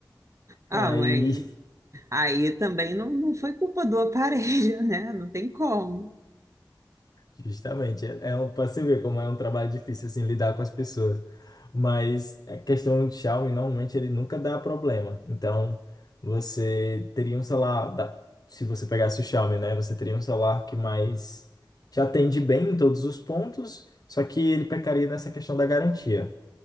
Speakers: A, on the right (about 40°); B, on the left (about 55°).
A: Ah,
B: Aí
A: mas aí também não, não foi culpa do aparelho, <laughs> né? Não tem como.
B: Justamente, é, é um, para você ver como é um trabalho difícil assim lidar com as pessoas. Mas a questão de Xiaomi normalmente ele nunca dá problema. Então, você teria um celular da- se você pegasse o Xiaomi, né, você teria um celular que mais te atende bem em todos os pontos, só que ele pecaria nessa questão da garantia